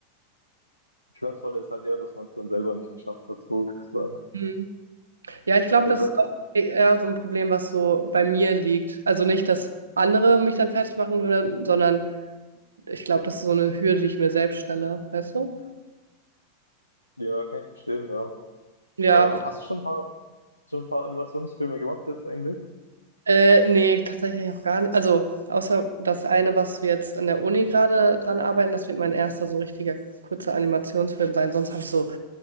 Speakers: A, on the left; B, on the right.
A: Schmerzvolle ist halt eher, dass man es dann selber nicht geschafft hat, so sozusagen.
B: Mhm. Ja, ich glaube,
A: Ja,
B: das
A: Ich weiß
B: ist auch
A: jetzt nicht.
B: eher so ein Problem, was so bei mir liegt. Also nicht, dass andere mich dann fertig machen würden, sondern ich glaube, das ist so eine Hürde, die ich mir selbst stelle, weißt du?
A: Ja, kann ich verstehen, ja.
B: Ja,
A: Äh, hast du schon ein paar, schon ein paar Animationsfilme gemacht jetzt eigentlich?
B: äh, nee, tatsächlich auch gar nicht. Also, außer das eine, was wir jetzt an der Uni gerade dran arbeiten, das wird mein erster so richtiger kurzer Animationsfilm sein. Sonst habe ich so